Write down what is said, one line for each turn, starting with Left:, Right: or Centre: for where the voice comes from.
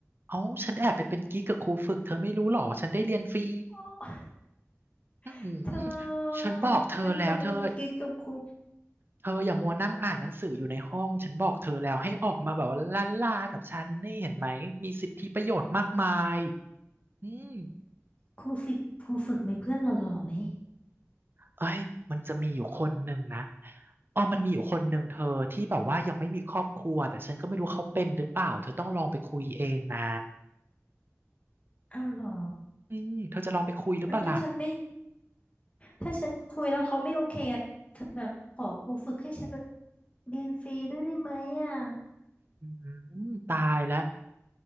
Right: เอ้าฉันแอบไปเป็นกิ๊กกับครูฝึกเธอไม่รู้หรอฉันได้เรียนฟรี
Left: โอ้
Right: อื
Left: <gasps> เธ
Right: มฉันบอกเธอแล้วเธอ
Left: องั้นเธอเป็นกิ๊กกับครู
Right: เธออย่ามัวนั่งอ่านหนังสืออยู่ในห้องฉันบอกเธอแล้วให้ออกมาแบบว่าล่าล่ากับฉันนี่เห็นไหมมีสิทธิประโยชน์มากมายอืม
Left: ครูฝึกครูฝึกมีเพื่อนหล่อๆไหม
Right: เอ้ยมันจะมีอยู่คนหนึ่งนะอ๋อมันมีอยู่คนหนึ่งเธอที่แบบว่ายังไม่มีครอบครัวแต่ฉันก็ไม่รู้เขาเป็นหรือเปล่าเธอต้องลองไปคุยเองนะ
Left: อ้าวเหรอ
Right: อืมเธอจะลองไปคุยหรือเปล่าล่ะ
Left: งั้นถ้าฉันไม่ถ้าฉันคุยแล้วเขาไม่โอเคอะเธอแบบขอครูฝึกให้ฉันแบบเรียนฟรีด้วยได้ไหมอ่ะ
Right: อืม ตายแล้ว